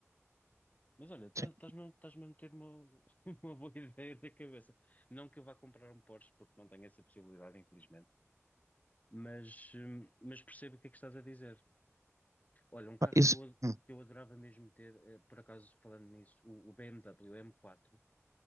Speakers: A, on the left; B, on the right.
A: Mas olha, tá-
B: Sim,
A: estás-me a estás-me a meter uma, <laughs> uma boa ideia na cabeça. Não que eu vá comprar um Porsche, porque não tenho essa possibilidade, infelizmente, mas, hum, mas percebo o que é que estás a dizer. Olha, um carro
B: Pá, isso,
A: que eu, ad-
B: hum,
A: que eu adorava mesmo ter, eh, por acaso falando nisso, o, o BMW M4.